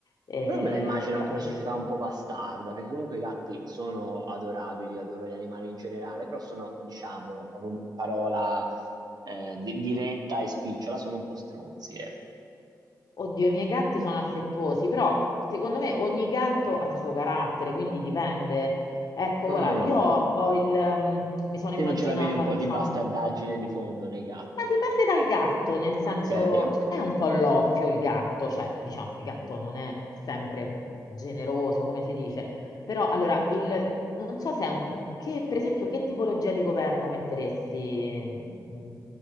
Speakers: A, on the left (about 60°); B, on the right (about 65°).
A: Eh,
B: Però me la immagino
A: però
B: anche una
A: per...
B: società un po' bastarda, perché comunque i gatti sono adorabili, adoro gli animali in generale, però sono, diciamolo, proprio in parola eh, di- diretta e spicciola, sono un po' stronzi, ecco.
A: Oddio, i miei gatti sono affettuosi, però secondo me ogni gatto ha il suo carattere, quindi dipende. Ecco,
B: Mm.
A: guarda, io ho ho il... ehm, mi sono
B: Te
A: immaginata,
B: non ce la vedi un po'
A: diciamo...
B: di bastardaggine di fondo nei gatti?
A: Ma dipende dal gatto, nel senso,
B: Ok, ok.
A: cioè, è un po' l'offio il gatto, cioè, diciamo, il gatto non è sempre generoso, come si dice, però allora, il, non so se, è un- che, per esempio, che tipologia di governo metteresti, mm,